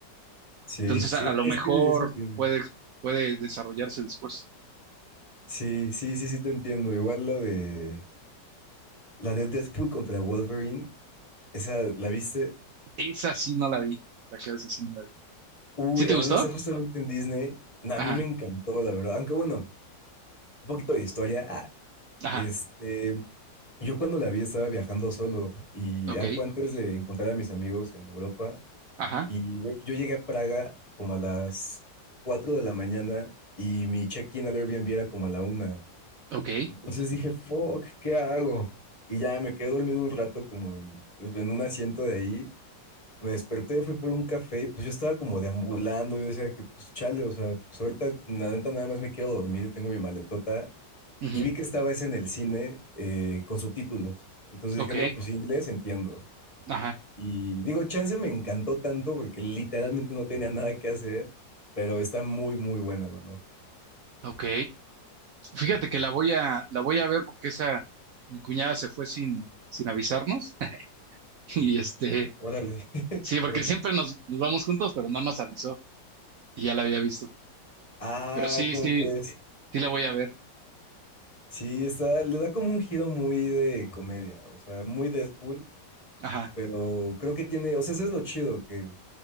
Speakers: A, on the left (about 20°); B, on the right (about 70°).
A: Sí,
B: Entonces,
A: sí,
B: a, a lo
A: es
B: mejor
A: que eso tiene.
B: puede, puede desarrollarse después.
A: Sí, sí, sí, sí te entiendo. Igual la de la de Deadpool contra Wolverine, esa la viste.
B: Esa sí no la vi. Para que esa sí no la vi.
A: Uy,
B: ¿Sí te
A: hermano,
B: gustó?
A: está justamente en Disney. Nah,
B: Ajá,
A: a mí me encantó, la verdad. Aunque bueno. un poquito de historia. Ah,
B: ajá,
A: este, yo cuando la vi estaba viajando solo y
B: ok,
A: ya fue antes de encontrar a mis amigos en Europa.
B: ajá,
A: Y güey, yo llegué a Praga como a las 4 de la mañana y mi check-in al Airbnb era como a la una.
B: ok,
A: Entonces dije, fuck, ¿qué hago? Y ya me quedé dormido un rato como en, en un asiento de ahí me desperté, fui por un café y pues yo estaba como deambulando. Yo decía que pues chale, o sea, pues ahorita la neta nada más me quiero dormir, yo tengo mi maletota.
B: ujú,
A: Y vi que estaba ese en el cine eh, con subtítulos. Entonces
B: ok,
A: dije, no, pues inglés entiendo.
B: ajá,
A: Y digo, chance me encantó tanto porque literalmente no tenía nada que hacer, pero está muy, muy buena, hermano.
B: ok. Fíjate que la voy a, la voy a ver porque esa, mi cuñada se fue sin, sin avisarnos. <laughs> Y este,
A: Órale, <laughs>
B: sí, porque
A: pero...
B: siempre nos, nos vamos juntos, pero no nos avisó y ya la había visto.
A: Ah,
B: Pero sí,
A: ¿cómo
B: sí,
A: crees?
B: sí la voy a ver.
A: Sí, está, le da como un giro muy de comedia, o sea, muy Deadpool,
B: Ajá,
A: pero creo que tiene, o sea, eso es lo chido, que